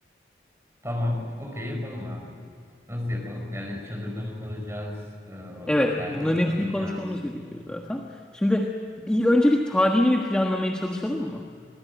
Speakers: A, on the right; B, in the centre.
A: Tamam. Okey yapalım abi. Nasıl yapalım? Yani çadırda mı kalacağız? e,
B: Evet,
A: otelde
B: bunların
A: mi
B: hepsini
A: kalacağız?
B: konuşmamız gerekiyor zaten. Şimdi bir, önce bir tarihini bir planlamaya çalışalım mı?